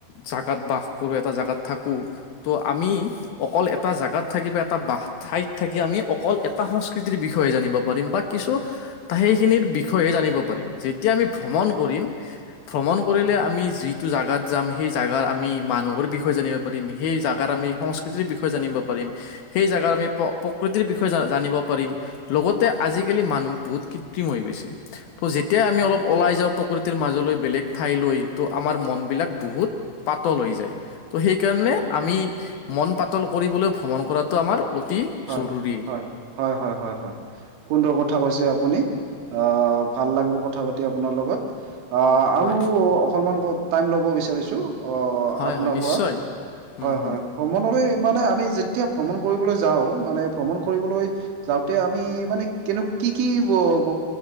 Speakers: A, on the left; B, on the right.
A: জাগাত বাস কৰোঁ, এটা জাগাত থাকোঁ, ত' আমি অকল এট এটা জাগাত থাকি বা এটা বা ঠাইত থাকি, আমি অকল এটা সংস্কৃতিৰ বিষয়ে জানিব পাৰিম, বা কিছু সেইখিনিৰ বিষয়ে জানিব পাৰিম, যেতিয়া আমি ভ্ৰমণ কৰিম ভ্ৰমণ কৰিলে, আমি যি টো জাগাত যাম, সেই জাগাৰ আমি মানুহৰ বিষয় জানিব পাৰিম, সেই জাগাৰ আমি সংছ কিতিৰ বিষয়ে জানিব পাৰিম, সেই জাগাৰ আমি প্ৰ-প্ৰকৃতিৰ বিষয়ে জ জানিব পাৰিম। লগতে, আজিকালি মানুহ বহুত কৃত্ৰিম হৈ গৈছে, ত' যেতিয়াই আমি অলপ। ওলাই যাওঁ প্ৰকৃতিৰ মাজলৈ, বেলেগ ঠাইলৈ। ত' আমাৰ মন বিলাক বহুত পাতল হৈ যায়, ত' সেইকাৰণে আমি, মন পাতল কৰিবলৈ, ভ্ৰমণ কৰাটো আমাৰ অতি
B: হয়,
A: জৰুৰী।
B: হয়, হয়, হয়, হয়, হয়, সুন্দৰ কথা কৈছে আপুনি, অ', ভাল লাগিল কথা পাত তি আপোনাৰ লগত, অ', আৰু
A: হয়
B: অকনমান কওক টাইম ল'ব বিচাৰিছো। অ',
A: হয়
B: আপোনাৰ
A: হয় নিশ্চয়
B: পৰা
A: হম
B: হয়,
A: হম
B: হয়, ভ্ৰমণলৈ মানে আমি যে যেতিয়া ভ্ৰমণ কৰিবলৈ যাও, মানে ভ্ৰমণ কৰিবলৈ। যাওঁতে আমি মানে, কেনে, কি, কি, ব ব